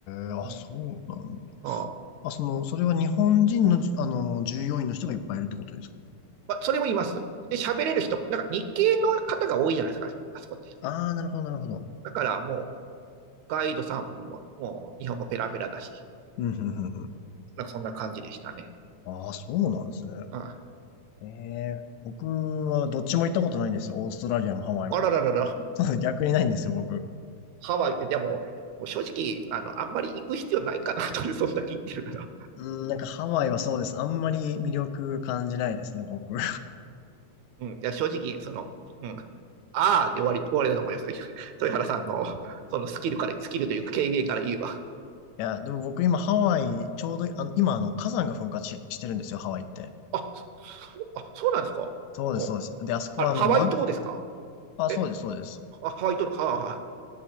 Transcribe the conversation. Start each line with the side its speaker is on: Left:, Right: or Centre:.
Left: い。へえあ、
Right: うん
Left: そうなんだ。
Right: ああ
Left: あ、その、それは日本人のじ、あの、従業員の人がいっぱいいるってことですか
Right: まあ、それもいます。で、喋れる人も、なんか日系の方が多いじゃないですか、あそこって。
Left: ああー、なるほど、なるほど。
Right: だからもう、ガイドさんにも、もう日本語ペラペラだし、
Left: うん、うん、うんうん。
Right: なんかそんな感じでしたね。
Left: ああ、そうなんですね。
Right: うん。
Left: ええ、僕はどっちも行ったことないんですよ。オーストラリアもハワイも。
Right: あらららら、
Left: <laughs> 逆にないんですよ、僕。
Right: ハワイ、でも、もう正直、あの、あんまり行く必要ないかなと、そんだけ言ってるなら。
Left: うん、なんかハワイはそうです。あんまり魅力感じないですね、僕。<laughs> い
Right: うん。うんいや、正直、その、うん。ああで終わり、終わりだと思います豊原さんの、そのスキルから、スキルというか経験から言えば。
Left: や、でも僕今ハワイ、ちょうどあの、今あの火山が噴火し、してるんですよ、ハワイって。
Right: あ、そ、あ、そうなんですかほう。
Left: そうです、そうです。で、あそこはあの、
Right: あれ、ハワイ島ですか
Left: ま、あ、
Right: え、
Left: そうです、そうです。
Right: あ、ハワイ島の、はあ、はい。